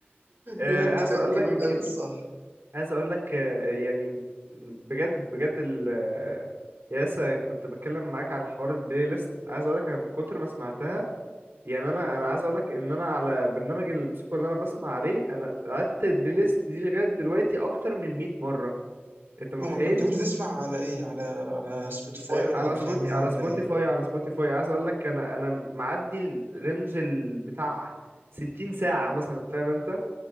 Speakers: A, on the right; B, on the right.
A: آه،
B: بجد
A: عايز
B: كان
A: اقول
B: جنون
A: لك
B: قوي الصح
A: عايز اقول لك آه، يعني بجد بجد ال آه، يا لسه كنت بتكلم معاك على حوار البلاي ليست عايز اقول لك انا من كتر ما سمعتها يعني انا انا عايز اقول لك ان انا على برنامج الموسيقى اللي انا بسمع عليه انا قعدت البلاي ليست دي لغايه دلوقتي اكتر من 100 مره انت متخيل
B: او ماي جاد طب انت تسمع على ايه على على سبوتيفاي
A: آه،
B: ولا
A: على
B: انغامي
A: يا سبوتي على
B: ولا
A: سبوتيفاي
B: ايه
A: على سبوتيفاي عايز اقول لك انا انا معدي الرينج ال- بتاع 60 ساعه مثلا فاهم انت